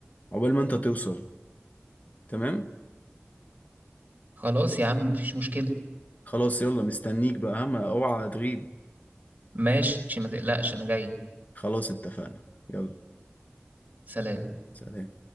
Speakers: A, on the left; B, on the right.
A: عقبال ما انت توصل تمام
B: خلاص يا عم مفيش مشكله
A: خلاص يلا مستنيك بقى ها ما اوعى تغيب
B: ماشي ما تقلقش انا جاي
A: خلاص اتفقنا يلا
B: سلام
A: سلام